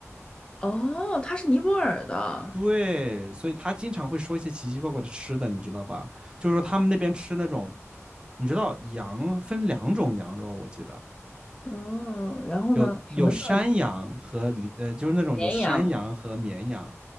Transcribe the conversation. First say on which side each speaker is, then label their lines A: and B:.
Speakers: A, on the left (about 20°); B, on the right (about 20°).
A: 哦，它是尼泊尔的，
B: 对，所以他经常会说一些奇奇怪怪的吃的，你知道吧？就是说他们那边吃那种，你知道羊分两种羊肉，我记得。
A: 嗯，然后呢，
B: 有有山羊和呃，
A: 什么叫
B: 就是那种有山羊和绵羊，
A: 绵羊？